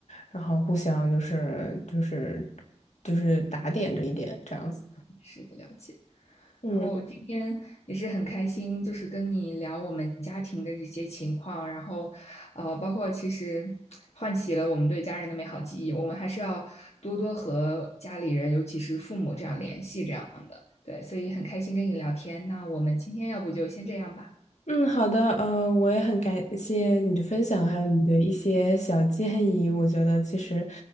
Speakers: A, on the left; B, on the left.
A: 然后互相就是就是就是打点着一点这样子。
B: 是的，了解。
A: 嗯。
B: 然后今天也是很开心，就是跟你聊我们家庭的这些情况，然后，呃，包括其实唤起了我们对家人的美好记忆。我们还是要多多和家里人，尤其是父母这样联系，这样的。对，所以很开心跟你聊天。那我们今天要不就先这样吧。
A: 嗯，好的，呃，我也很感谢你的分享，还有你的一些小建议。我觉得其实，